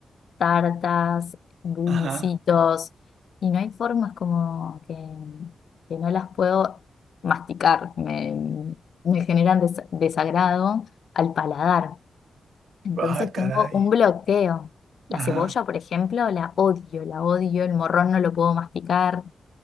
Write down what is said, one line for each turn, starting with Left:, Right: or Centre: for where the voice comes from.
Left: tartas, bullicitos.
Right: Ajá.
Left: Y no hay formas como que, que no las puedo masticar. Me, me generan des- desagrado al paladar. Entonces
Right: Ah, caray.
Left: tengo un bloqueo.
Right: Ajá.
Left: La cebolla, por ejemplo, la odio, la odio, el morrón no lo puedo masticar,